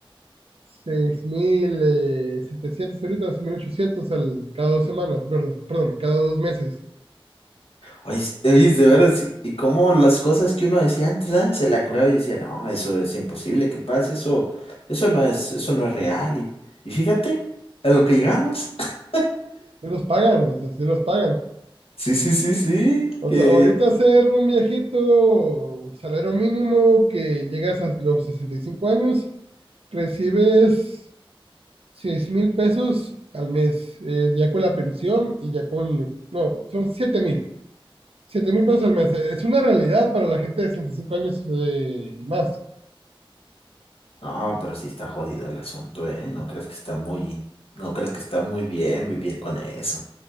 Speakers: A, on the right (about 90°); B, on the left (about 85°).
A: seis mil eh, setecientos ahorita, 6.800 al, cada dos semanas, perdón, perdón, cada dos meses.
B: Oye, es- oye, de veras, sí, y cómo las cosas que uno decía antes, ah, se la curaba y decía, no, eso es imposible que pase, eso, eso no es, eso no es real. Y, y fíjate, a lo que llegamos. <laughs>
A: Sí los pagan, o sea, sí los pagan.
B: Sí, sí, sí, sí,
A: O
B: que...
A: sea, ahorita ser un viejito, salario mínimo que llegas a los 65 años, Recibes seis mil pesos al mes, eh, ya con la pensión y ya con, no, son siete mil, siete mil pesos al mes. Eh, Es una realidad para la gente de 65 años eh, y más.
B: No, pero sí está jodido el asunto, ¿eh? No crees que está muy, no crees que está muy bien vivir con eso.